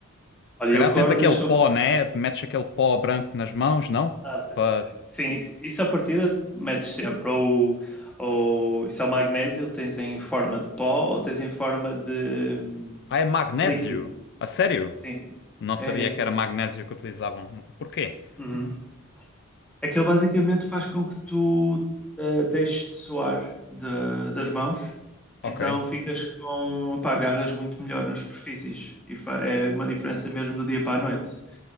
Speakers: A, on the left; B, in the centre.
A: Se
B: Olha,
A: calhar
B: eu cordas
A: tens aquele
B: só
A: pó,
B: fiz.
A: né? Metes aquele pó branco nas mãos, não?
B: Ah, sim,
A: Pa-
B: sim, sim. Sim, isso, isso à partida metes sempre. Ou, ou isso é o magnésio, tens em forma de pó ou tens em forma de hum,
A: Ah, é magnésio.
B: líquido.
A: A sério?
B: Sim, sim, sim.
A: Não sabia
B: É, é.
A: que era magnésio que utilizavam. Porquê?
B: Uhum. Aquilo basicamente faz com que tu eh, deixes de suar da- das mãos,
A: Ok.
B: então ficas com, pá, agarras muito melhor nas superfícies e fa- é uma diferença mesmo do dia para a noite.